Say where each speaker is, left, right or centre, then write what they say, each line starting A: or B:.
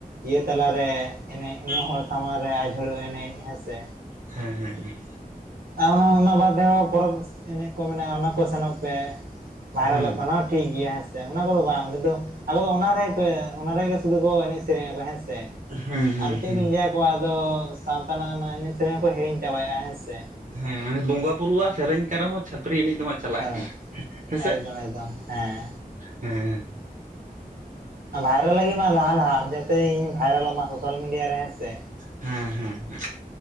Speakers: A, on the right (about 80°); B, on the right (about 60°).
A: ᱤᱭᱟᱹ ᱛᱟᱞᱟᱨᱮ ᱮᱱᱮᱡ ᱤᱱᱟᱹ ᱦᱚᱲ ᱥᱟᱢᱟᱝ ᱨᱮ ᱟᱡᱷᱲᱟᱹ ᱮᱱᱮᱡ ᱦᱮᱸ ᱥᱮ,
B: ᱦᱮᱸ ᱦᱮᱸ ᱦᱮᱸ
A: ᱟᱨ ᱚᱱᱟ ᱚᱱᱟ ᱵᱟᱫ ᱫᱮᱦᱚᱸ ᱯᱚᱨᱚᱵᱽ ᱮᱱᱮᱡ ᱠᱚ ᱢᱮᱱᱟᱜᱼᱟ ᱚᱱᱟ ᱠᱚ ᱥᱮᱱᱚᱜ ᱯᱮ ᱵᱟᱭᱨᱟᱞᱚᱜ
B: ᱦᱮᱸ
A: ᱠᱟᱱᱟ ᱴᱷᱤᱠ ᱜᱮᱭᱟ ᱦᱮᱸᱥᱮ ᱚᱱᱟ ᱠᱚᱫᱚ ᱵᱟᱝ ᱠᱤᱱᱛᱩ ᱟᱠᱚ ᱫᱚ ᱚᱱᱟ ᱨᱮ ᱚᱱᱟᱨᱮᱜᱮ ᱥᱩᱫᱩ ᱠᱚ ᱮᱱᱮᱡ ᱥᱮᱨᱮᱧᱟᱚ ᱦᱮᱸᱥᱮ,
B: ᱦᱮᱸ ᱦᱮᱸ
A: ᱟᱨ ᱪᱮᱫ
B: ᱦᱮᱸ
A: ᱞᱤᱧ ᱞᱟᱹᱭᱟᱠᱚᱣᱟ ᱟᱫᱚ ᱥᱟᱶᱛᱟ ᱨᱮᱱᱟᱜ ᱚᱱᱟ ᱮᱱᱮᱪ ᱥᱮᱨᱮᱧ ᱠᱚ ᱦᱤᱲᱤᱧ ᱪᱟᱵᱟᱭᱮᱫᱼᱟ ᱠᱚ ᱦᱮᱸ ᱥᱮ,
B: ᱦᱮᱸ ᱢᱟᱱᱮ ᱵᱚᱸᱜᱟ ᱵᱩᱨᱩᱣᱟᱜ ᱥᱮᱨᱮᱧ ᱠᱮ ᱨᱮᱦᱚ ᱪᱷᱟᱹᱯᱨᱤ ᱮᱱᱤᱡ ᱫᱚᱦᱟᱜ ᱪᱟᱞᱟᱜ
A: ᱦᱳᱭ
B: ᱜᱮᱭᱟ ᱦᱮᱸᱥᱮ
A: ᱮᱠᱫᱚᱢ ᱮᱠᱫᱚᱢ ᱦᱮᱸ
B: ᱦᱮᱸ᱾
A: ᱵᱷᱟᱭᱨᱟᱞ ᱞᱟᱹᱜᱤᱫ ᱢᱟ ᱞᱟᱦᱟ ᱞᱟᱦᱟ ᱡᱟᱛᱮ ᱤᱧ ᱵᱷᱟᱭᱨᱟᱞᱚᱜ ᱢᱟ ᱥᱳᱥᱟᱞ ᱢᱤᱰᱤᱭᱟ ᱨᱮ ᱦᱮᱸ ᱥᱮ᱾
B: ᱦᱮᱸ ᱦᱮᱸ